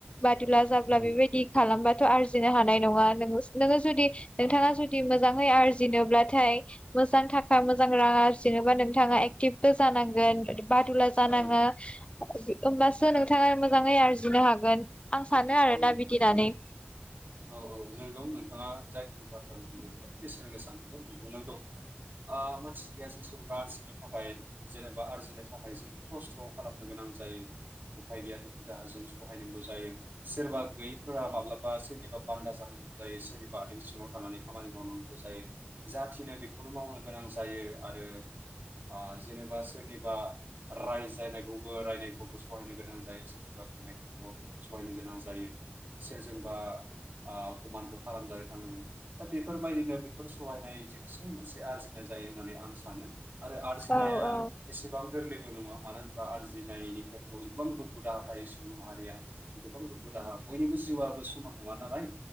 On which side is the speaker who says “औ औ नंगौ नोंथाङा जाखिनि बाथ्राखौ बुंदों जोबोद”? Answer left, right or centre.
Right